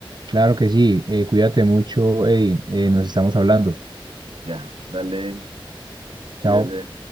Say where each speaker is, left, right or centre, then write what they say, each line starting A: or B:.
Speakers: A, on the right; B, on the right.
A: Claro que sí, eh, cuídate mucho, Eddie, eh, nos estamos hablando.
B: Ya, dale, cuídate.
A: Chao.